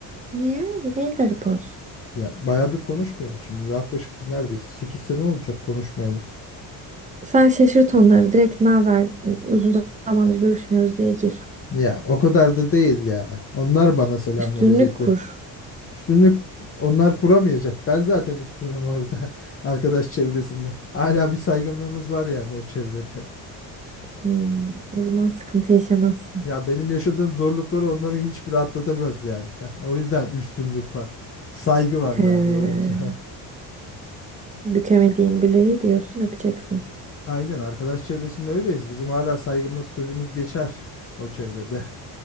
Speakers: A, on the right; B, on the left.
A: Niye? Bu niye garip olsun?
B: Ya bayağıdır konuşmuyoruz şimdi. Yaklaşık bir neredeyse 8 sene olacak konuşmayalı.
A: Sen şaşırt onları. Direkt ne haber? Uzun zamandır görüşmüyoruz diye gir.
B: Ya o kadar da değil ya. Onlar bana selam
A: Üstünlük
B: verecekler.
A: kur.
B: Üstünlük onlar kuramayacak. Ben zaten üstünüm orada. <laughs> Arkadaş çevresinde. Hala bir saygınlığımız var yani o çevrede.
A: Hmm. O zaman sıkıntı yaşamazsın.
B: Ya benim yaşadığım zorlukları onların hiçbiri atlatamaz yani. <laughs> O yüzden üstünlük var. Saygı var
A: He.
B: daha doğrusu.
A: Bükemediğin bileği diyorsun öpeceksin.
B: <laughs> Aynen arkadaş çevresinde öyleyiz. Bizim hala saygımız sözümüz geçer o çevrede.